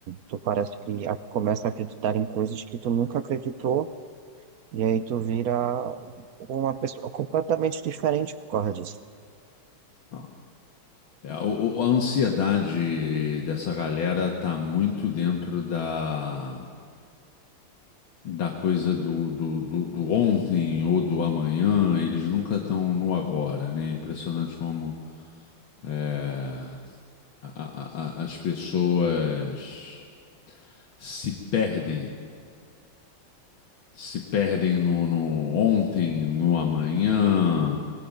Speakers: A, on the right; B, on the left.
A: tu parece que a- começa a acreditar em coisas que tu nunca acreditou, e aí tu vira uma pessoa completamente diferente por causa disso.
B: Ah. É, o- o- a ansiedade dessa galera tá muito dentro da da coisa do, do, do, do ontem ou do amanhã, eles nunca estão no agora, né? Impressionante como é, a- a- a- as pessoas se perdem, se perdem no, no ontem, no amanhã